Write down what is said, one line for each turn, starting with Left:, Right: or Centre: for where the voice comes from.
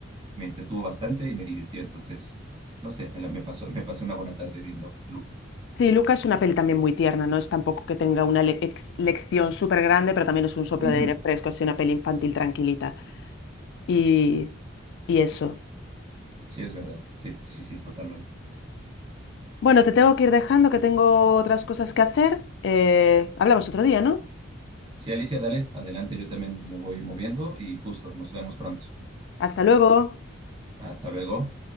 Right: me entretuvo bastante y me divirtió. Entonces, no sé, me, la- me pasó, me pasé una buena tarde viendo Luca.
Left: Sí, Luca es una peli también muy tierna, no es tampoco que tenga una le- ex- lección súper grande, pero también es un soplo
Right: Ujú,
Left: de aire fresco, así una peli infantil tranquilita. Y, y eso.
Right: Sí, es verdad. Sí, t- sí, sí, totalmente.
Left: Bueno, te tengo que ir dejando, que tengo otras cosas que hacer. Eh, hablamos otro día, ¿no?
Right: Sí, Alicia, dale, adelante, yo también me voy moviendo y justo, nos vemos pronto.
Left: Hasta luego.
Right: Hasta luego.